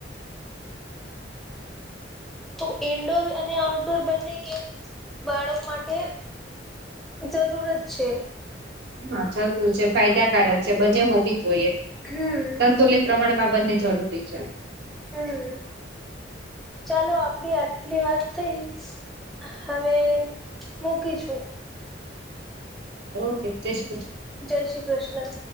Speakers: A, in the centre; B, on the right (about 65°).
A: તો ઇન્ડોર અને આઉટડોર બંને ગેમ બાળક માટે જરૂર જ છે.
B: હા, જરૂર છે, ફાયદાકારક છે, બંને હોવી જોઈએ.
A: હમ
B: સંતુલિત પ્રમાણમાં બંને જરૂરી છે.
A: હમ, ચલો આપડી આટલી વાત થઈ હવે મૂકીશું.
B: ઓકે જય શ્રી કૃષ્ણ
A: જય શ્રી કૃષ્ણ